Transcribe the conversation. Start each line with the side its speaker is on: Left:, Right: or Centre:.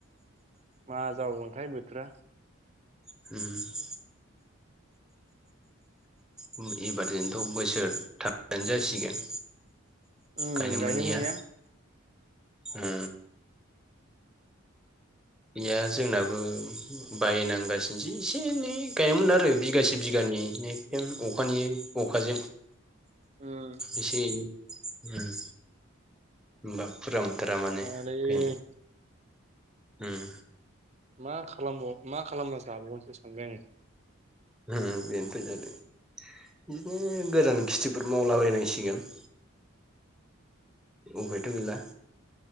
Right: मा जाबावगोनथाय बोथोरा।
Centre: ओम। ओम एबारजोंथ' बोसोर थानो जासिगोन।
Right: उम
Centre: गायनो मोननिया,
Right: मोनैया
Centre: उम। गैया जोंनाबो बायनांगासिनोसै एसे एनै गायोमोन आरो बिगासे बिगानैनि। जों अखानि अखाजों
Right: उम
Centre: एसे एनै ओम। होनबाबो फुरा मोनथारा माने
Right: जालायो
Centre: गायनो, ओम।
Right: मा खालामबाव मा खालामना जाबावगोनसो सानबाय आङो।
Centre: ओम बेनथ' जादों। इदिनो गोजान खिथिफोर मावलाबायनांसिगोन। उफायथ' गैला।